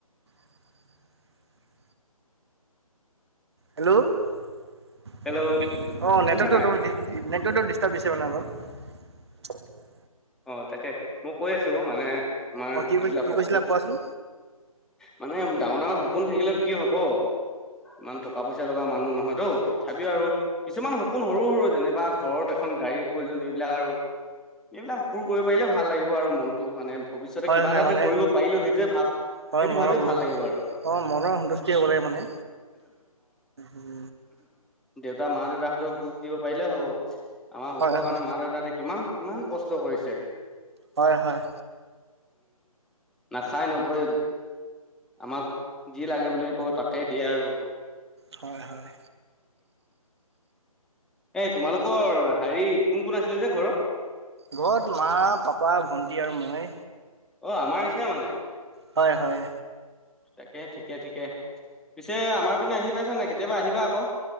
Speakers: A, on the right (about 45°); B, in the centre.
A: <unintelligible> হেল্ল' অ নেটৱৰ্কতটো
B: হেল্ল' শুনিছা নাই?
A: নেটৱৰ্কটো ডিষ্টাৰ্ব দিছে মানে অলপ, <unintelligible>
B: অ তাকে মই কৈ আছো মানে আমাৰ
A: অঁ কি
B: যিবিলাক
A: কি
B: সপোন,
A: কৈছিলা কোৱাচোন
B: মানে ডাঙৰ ডাঙৰ সপোন থাকিলেও কি হব ইমান টকা পইচা লগা মানুহ নহয় তও তথাপিও আৰু কিছুমান সপোন সৰু সৰু যেনিবা ঘৰত এখন গাড়ীৰ প্ৰয়োজন। এইবিলাক আৰু এইবিলাক পুৰ কৰিব পাৰিলে ভাল লাগিব আৰু মনটো মানে, ভৱিষ্যতে
A: হয়
B: কিবা
A: হয়
B: এটা
A: মানে
B: যে কৰিব পাৰিলো সেইটোৱে ভাব
A: হয়
B: সেইটো
A: মনৰ
B: ভাবিয়ে ভাল লাগিব আৰু
A: অ মনৰ সন্তুষ্টি হ'ব লাগে মানে হম
B: দো মা দেউতাহঁতেৰ সুখ দিব পাৰিলে হব আমাৰ
A: হয়
B: সুখৰ
A: হয়
B: কাৰণে মা দেউতাহঁতে কিমান- কিমান কষ্ট কৰিছে।
A: হয় হয়
B: নাখাই নবৈ আমাক যি লাগে বুলি ক'ব তাকেই দিয়ে আৰু
A: হয় হয়
B: এ তোমালোকৰ হেৰি কোন কোন আছিলে যে ঘৰৰ
A: ঘৰত মা পাপা ভণ্টি আৰু মই
B: অ আমাৰ নিচিনা মানে
A: হয় হয়
B: তাকে ঠিকে ঠিকে পিছে আমাৰ পিনে আহি পাইছা নে কেতিয়াবা আহিবা আকৌ